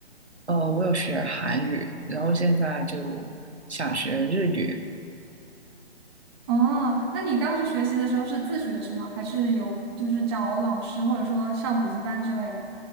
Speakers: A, on the right (about 85°); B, on the right (about 25°).
A: 呃，我有学韩语，然后现在就想学日语，
B: 哦，那你当时学习的时候是自学是吗？还是有就是找老师或者说上补习班之类的？